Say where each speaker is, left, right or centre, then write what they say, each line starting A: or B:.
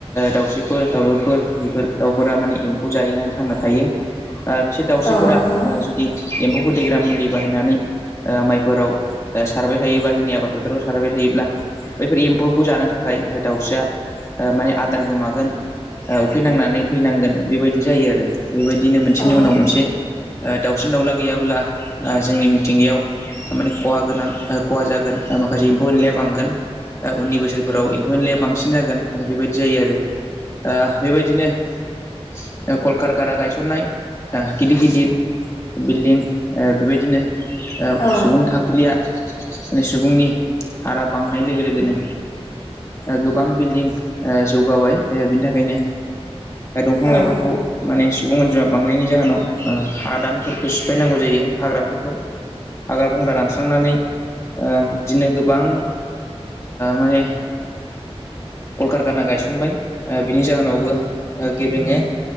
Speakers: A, on the left; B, on the left.
A: दाउस्रिफोर दावलुरफोर फोर दाउफोरा माने एम्फौ जाहैनानै थांना थायो बिसोर दाउस्रिफोरा
B: औ नंगौ
A: जुदि एम्फौ फोथैग्रा मुलि बाहायनानै माइफोराव सारबाय थायोबा जोंनि आबाद फोथोराव सारबाय थायोब्ला बैफोर एम्फौखौ जानो थाखाय दाउस्राया माने आदार गोमागोन ओ उखैनांनानै थैनांगोन बेबायदि जायो आरो बेबायदिनो मोनसेनि
B: औ
A: उनाव मोनसे दाउसिन दाउला गैयाबोला जोंनि मिथिंगायाव माने खहा गोनां खहा जागोन माखासे एम्फौ एनलाया बांगोन उननि बोसोरफोराव एम्फौ एनलाया बांसिन जागोन बेबायदि जायो आरो बेबायदिनो कलकार गारा गायसननाय गिदिर गिदिर बिल्डिं बेबायदिनो
B: औ
A: सुबुं था खुलिया माने सुबुंनि हारा बांनाय लोगो लोगोनो गोबां बिल्डिं जौगाबाय बिनि थाखायनो दंफां
B: औ
A: लाइफांखौ माने सुबुं अनजिमा बांनायनि जाहोनाव हादानफोरखौ सिफायनांगौ जायो हाग्राफोरखौ हाग्रा बंग्रा दानस्रांनानै बिदिनो गोबां माने कलकारखाना गायसनबाय बिनि जाहोनावबो ओ गेबेङो